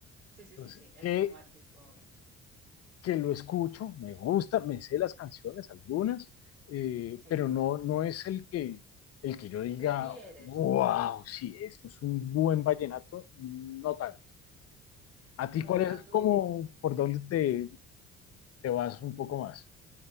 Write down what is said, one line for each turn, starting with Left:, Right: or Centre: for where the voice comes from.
Right: Sí,
Left: Entonces,
Right: sí, sí, sí, el
Left: que,
Right: romántico,
Left: que lo escucho, me gusta, me sé las canciones, algunas, eh,
Right: sí,
Left: pero no, no es el que, el que yo diga,
Right: prefieres,
Left: wow, sí, esto es un buen vallenato, no tanto. ¿A ti
Right: o
Left: cuál
Right: sea,
Left: es
Right: tú
Left: como por dónde te, te vas un poco más?